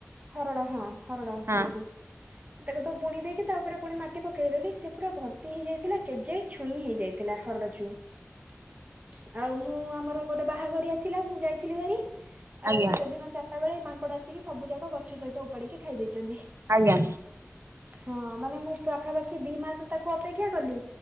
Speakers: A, on the right; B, on the right.
A: ହରଡ଼ା ହଁ ହରଡ଼ା
B: ହଁ
A: ଏକ
B: <inaudible>
A: ତାକୁ ତ ବୁଣି ଦେଇକି ତା ଉପରେ ପୁଣି ମାଟି ପକେଇଦେଲି ସେ ପୁରା ଭର୍ତ୍ତି ହେଇଯାଇଥିଲା କେଜେଏ ଛୁଇଁ ହେଇଯାଇଥିଲା ଥିଲା ହରଡ ଛୁଇଁ ଆଉ ମୁଁ ଆମର ଗୋଟେ ବାହାଘର ଥିଲା ମୁଁ ଯାଇଥିଲି ଭାର
B: ଆଜ୍ଞା
A: ସେଦିନ ତା ବେ ଏଇ ମାଙ୍କଡ ଆସିକି ସବୁ ଯାକ ଗଛ ସହିତ ଉପାଡିକି ଖାଇ ଦେଇେଇଛନ୍ତି
B: ଆଜ୍ଞା
A: ହଁ ମାନେ ମୁଁ ପାଖାପାଖି ଦି ମାସ ତାକୁ ଅପେକ୍ଷା କଲି